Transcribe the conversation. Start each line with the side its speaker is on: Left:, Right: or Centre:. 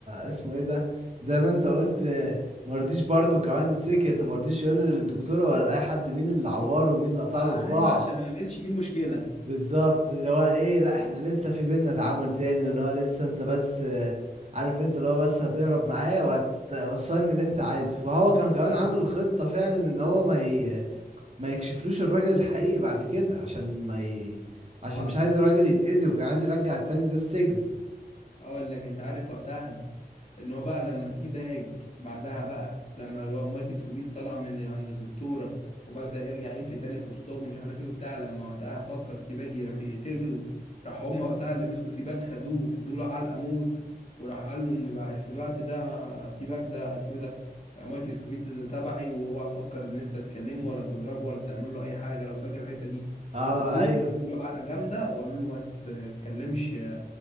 Right: اسمه ايه ده زي ما انت قلت مرضيش برضو كمان سكت ومرضيش يقول للدكتورة ولا لأي حد مين اللي عوره ومين اللي قطع
Left: ايوه
Right: له صباعه
Left: عشان ما يعملش ليه مشكله
Right: بالظبط اللي هو ايه لا احنا لسه في بينا تعامل تاني واللي هو لسه انت بس آه، عارف انت اللي هو بس هتهرب معايا وهتوصلني اللي انت عايزه وهو كان كمان
Left: أيوة.
Right: عامل خطة فعلا ان هو ما ي... ما يكشفلوش الراجل الحقيقي بعد كده عشان ما ي... عشان
Left: حصل
Right: مش عايز الراجل يتأذي وكان عايز يرجع التاني ده السجن
Left: اقول لك انت عارف وقتها ان هو بقى لما تي باج بعدها بقى لما اللي هو مايكل سكوبيل طلع من عند الدكتوره وبدأ يرجع يمشي تاني في وسطهم مش عارف ايه وبتاع لما وقتها فكر تي باج يروح يقتله راح هما وقتها اللي مسكوا تي باج خدوه ادوله علقه موت وراح قال له ان بقى في الوقت ده تي باج ده اسمه ايه ده مايكل سكوفيلد ده تبعي واوعى تفكر ان انت تكلمه ولا تضربه ولا تعمل له اي حاجه لو فاكر الحته دي
Right: اه
Left: خدوه
Right: ايوه
Left: ادوله علقه جامده وقالوا له ما تتكلمش